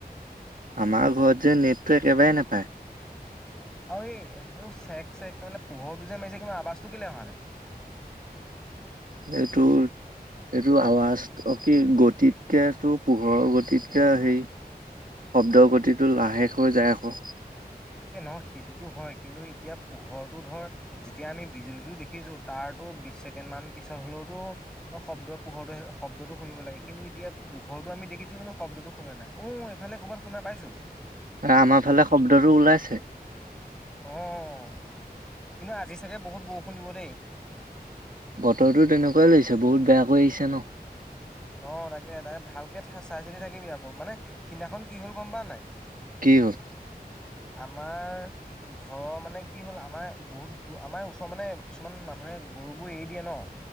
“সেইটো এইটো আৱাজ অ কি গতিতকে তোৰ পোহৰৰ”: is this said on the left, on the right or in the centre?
Right